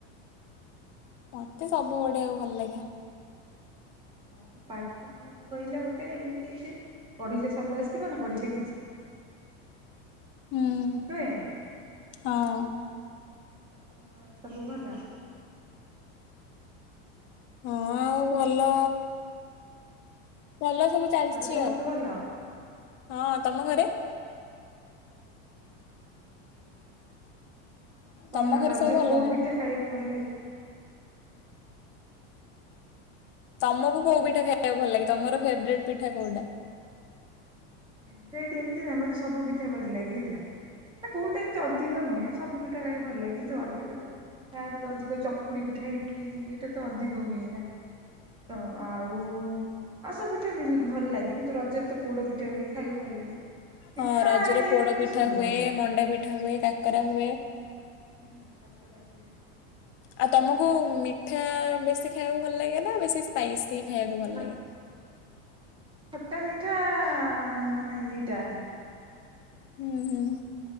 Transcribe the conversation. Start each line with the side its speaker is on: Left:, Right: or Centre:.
Left: ମତେ ସବୁ ପଢିଆକୁ ଭଲ ଲାଗେ।
Right: ହଁଁ ମୋ ପାଠ ମା ମାନେ କଣ କହିଲ ଗୋଟେ ଏମିତି ଯେ ପଢିଲେ ସବୁ ଆସିବ ନ ପଢିଲେ କିଛି
Left: ହୁଁ।
Right: ନୁହେଁ।
Left: ହଁ।
Right: ଆଉ ତମ ଘରେ ସବୁ ଭଲ?
Left: ହଁ ଆଉ ଭଲ ଭଲ ସବୁ ଚାଲଚି
Right: ଘରେ ସମସ୍ତେ
Left: ଆଉ।
Right: ଭଲ?
Left: ହଁ ତମ ଘରେ?
Right: ହଁ ଆମ ଘରେ ବି ଭଲ। ଆଉ କଣ
Left: ତମ ଘରେ
Right: ରଜରେ
Left: ସବୁ ଭଲ
Right: କୋଉ
Left: ନା?
Right: ପିଠା ଖାଇଆକୁ ଭଲ ଲାଗେ।
Left: ତମକୁ କୋଉ ପିଠା ଖାଇଆକୁ ଭଲ ଲାଗେ। ତମର ଫେବ୍ରେଟ୍ ପିଠା କୋଉଟା?
Right: ଫେଭରାଇଟ ଏମିତି ନାଇଁ ଆମର ସବୁ ପିଠା ଭଲ ଲାଗେ ହେଲା ମାନେ କୋଉଟା ଏମିତି ଅଧିକ ନୁହେଁ। ସବୁ ପିଠା ଖାଇଆକୁ ଭଲ ଲାଗେ। କିନ୍ତୁ ଅଧିକ ତ ଗାଁରେ ତ ଅଧିକ ଚକୁଳିପିଠା ଇଟିଲି ଏଇଟା ତ ଅଧିକ ହୁଏ ନା। ତ ଆଉ ଆଉ ସବୁ ପିଠା ବି ଭଲ ଲାଗେ। କିନ୍ତୁ ରଜରେ ତ ପୋଡ ପି ଠା ହୁଏ। ଖାଇଆକୁ ଭଲ ଲାଗେ। ପିଠା
Left: ହଁ ରଜରେ
Right: ଇଏରେ
Left: ପୋଡପିଠା
Right: ମତେ ସବୁ
Left: ହୁଏ,
Right: ଭଲ ଲାଗେ
Left: ମଣ୍ଡାପିଠା ହୁଏ, କାକରା ହୁଏ।
Right: ହୁଁ କାକାରା ହୁଏ।
Left: ଆଉ ତମୁକୁ ମିଠା ବେଶୀ ଖାଇଆକୁ ଭଲ ଲାଗେ ନା ବେଶୀ ସ୍ପାଇସି ଖାଇଆକୁ ଭଲ
Right: ଖ
Left: ଲାଗେ?
Right: ଖଟା ମିଠା ମାନେ ଦିଟା।
Left: ହୁଁ ହୁଁ।